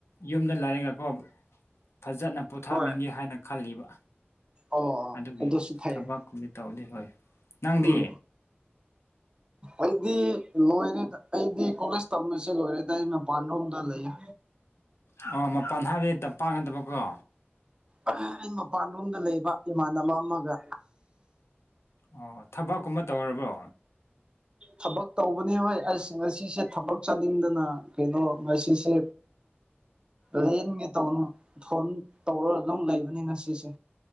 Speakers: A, on the left (about 90°); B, on the right (about 25°).
A: ꯌꯨꯝꯗ ꯂꯥꯏꯔꯤꯛꯒꯀꯣ ꯐꯖꯅ ꯄꯣꯊꯥꯅꯤꯡꯒꯦ
B: ꯍꯣꯏ
A: ꯍꯥꯏꯅ ꯈꯜꯂꯤꯕ
B: ꯑꯣ ꯑꯣ
A: ꯑꯗꯨꯒꯤ
B: ꯑꯗꯨꯁꯨ ꯐꯩꯌꯦ
A: ꯊꯕꯛꯨꯗꯤ ꯇꯧꯗꯤ ꯍꯣꯏ ꯅꯪꯗꯤ
B: ꯎꯝ ꯑꯩꯗꯤ ꯂꯣꯏꯔꯤꯗ ꯑꯩꯗꯤ ꯀꯣꯂꯦꯖ ꯇꯝꯕꯁꯦ ꯂꯣꯏꯔꯦꯗꯥꯏ ꯑꯩ ꯃꯄꯥꯟ ꯔꯣꯝꯗ ꯂꯩꯌꯦ
A: ꯑꯣ ꯃ ꯄꯥꯟ ꯊꯥꯕꯤ ꯇꯝꯄꯥꯛ ꯉꯗꯕꯀꯣ
B: ꯑꯩ ꯃꯄꯥꯟꯂꯣꯝꯗ ꯂꯩꯕ ꯏꯃꯥꯟꯅꯕ ꯑꯃꯒ
A: ꯑꯣ ꯊꯕꯛꯀꯨꯝꯕ ꯇꯧꯔꯕꯣ
B: ꯊꯕꯛ ꯇꯧꯕꯅꯤ ꯍꯣꯏ ꯑꯁ ꯉꯁꯤꯁꯦ ꯊꯕꯛ ꯆꯥꯅꯤꯡꯗꯅ ꯀꯩꯅꯣ ꯉꯁꯤꯁꯦ ꯂꯩꯅꯤꯡꯒꯦ ꯇꯅꯨ ꯐꯣꯟ ꯇꯧꯔꯒ ꯑꯗꯨꯝ ꯂꯩꯕꯅꯤ ꯉꯁꯤꯁꯦ